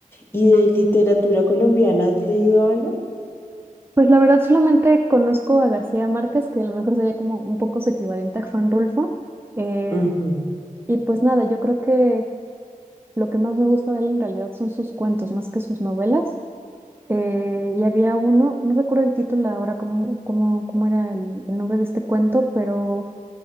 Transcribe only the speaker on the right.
Pues la verdad solamente conozco a García Márquez, que a lo mejor sería como un poco su equivalente a Juan Rulfo. eh,
Y pues nada, yo creo que lo que más me gusta de él en realidad son sus cuentos, más que sus novelas. Eh, y había uno, no recuerdo el título ahora, cómo, cómo, cómo era el, el nombre de este cuento, pero